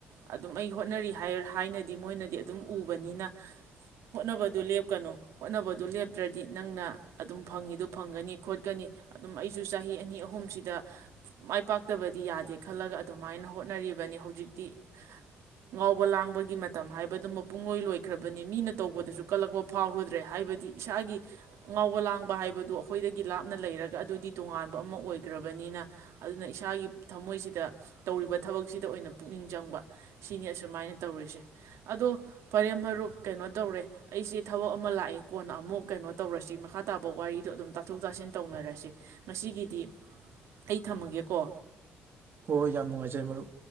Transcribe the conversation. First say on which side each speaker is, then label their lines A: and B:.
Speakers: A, on the right; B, on the right.
A: ꯑꯗꯨꯝ ꯑꯩ ꯍꯣꯠꯅꯔꯤ ꯍꯥꯏꯅꯗꯤ ꯃꯣꯏꯅꯗꯤ ꯑꯗꯨꯝ ꯎꯕꯅꯤꯅ ꯍꯣꯠꯅꯕꯗꯨ ꯂꯦꯞꯀꯅꯨ ꯍꯣꯠꯅꯕꯗꯨ ꯂꯦꯞꯇ꯭ꯔꯗꯤ ꯅꯪꯅ ꯑꯗꯨꯝ ꯐꯪꯉꯤꯗꯨ ꯐꯪꯒꯅꯤ ꯈꯣꯠꯀꯅꯤ ꯑꯗꯨꯝ ꯑꯩꯁꯨ ꯆꯍꯤ ꯑꯅꯤ ꯑꯍꯨꯝꯁꯤꯗ ꯃꯥꯏ ꯄꯥꯛꯇꯕꯗꯤ ꯌꯥꯗꯦ ꯈꯜꯂꯒ ꯑꯗꯨꯃꯥꯏꯅ ꯍꯣꯠꯅꯔꯤꯕꯅꯤ ꯍꯧꯖꯤꯛꯇꯤ ꯉꯥꯎꯕ ꯂꯥꯡꯕꯒꯤ ꯃꯇꯝ ꯍꯥꯏꯕꯗꯨ ꯃꯄꯨꯡꯂꯣꯏ ꯂꯣꯏꯈ꯭ꯔꯕꯅꯤ ꯃꯤꯅ ꯇꯧꯕꯗꯁꯨ ꯀꯜꯂꯛꯄ ꯐꯥꯎꯔꯨꯗ꯭ꯔꯦ ꯍꯥꯏꯕꯗꯤ ꯏꯁꯥꯒꯤ ꯉꯥꯎꯕ ꯂꯥꯡꯕ ꯍꯥꯏꯕꯗꯨ ꯑꯩꯈꯣꯏꯗꯒꯤ ꯂꯥꯞꯅ ꯂꯩꯔꯒ ꯑꯗꯨꯗꯤ ꯇꯣꯉꯥꯟꯕ ꯑꯃ ꯑꯣꯏꯈ꯭ꯔꯕꯅꯤꯅ ꯑꯗꯨꯅ ꯏꯁꯥꯒꯤ ꯊꯃꯣꯏꯁꯤꯗ ꯇꯧꯔꯤꯕ ꯊꯕꯛꯁꯤꯗ ꯑꯣꯏꯅ ꯄꯨꯛꯅꯤꯡ ꯆꯪꯕ ꯁꯤꯅꯤ ꯑꯁꯨꯃꯥꯏꯅ ꯇꯧꯔꯤꯁꯦ ꯑꯗꯣ ꯐꯔꯦ ꯃꯔꯨꯞ ꯀꯩꯅꯣ ꯇꯧꯔꯦ ꯑꯩꯁꯦ ꯊꯕꯛ ꯑꯃ ꯂꯥꯛꯑꯦ ꯀꯣꯟꯅ ꯑꯃꯨꯛ ꯀꯩꯅꯣ ꯇꯧꯔꯁꯤ ꯃꯈꯥ ꯇꯥꯕ ꯋꯥꯔꯤꯗꯣ ꯑꯗꯨꯝ ꯇꯥꯊꯣꯛ ꯇꯥꯁꯤꯟ ꯇꯧꯅꯔꯁꯤ ꯉꯁꯤꯒꯤꯗꯤ ꯑꯩ ꯊꯝꯃꯒꯦꯀꯣ
B: ꯍꯣꯏ ꯍꯣꯏ ꯌꯥꯝ ꯅꯨꯡꯉꯥꯏꯖꯔꯦ ꯃꯔꯨꯞ